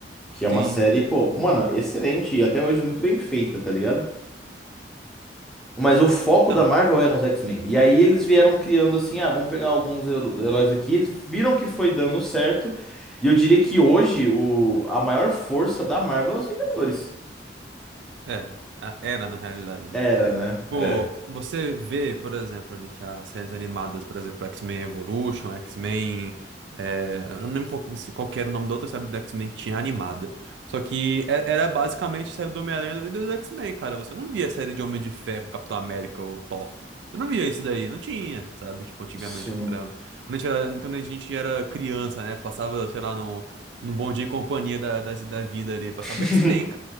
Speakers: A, in the centre; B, on the right.
A: Que é uma
B: Sim.
A: série, pô, mano, excelente e até hoje muito bem feita, tá ligado? Mas o foco
B: então.
A: da Marvel era os X-Men. E aí eles vieram criando assim, ah, vamos pegar alguns hero- heróis aqui. Eles viram que foi dando certo. E eu diria que hoje o, a maior força da Marvel é os Vingadores.
B: É, a- era na realidade, né?
A: Era, né?
B: Tipo,
A: É.
B: você vê, por exemplo, ali que as séries animadas, por exemplo, X-Men Evolution, X-Men. é, eu não lembro qual- se qual que era o nome da outra série do X-Men que tinha animada. Só que e- era basicamente série do Homem-Aranha e dos X-Men, cara. Você não via série de Homem de Ferro, Capitão América ou Thor. Eu não via isso daí, não tinha, sabe? Tipo, antigamente,
A: Sim.
B: quando era, quando a gente era, quando a gente era criança, né? Passava, sei lá, num, num Bom Dia e Companhia da, das- da vida ali, passava
A: <laughs>
B: X-Men,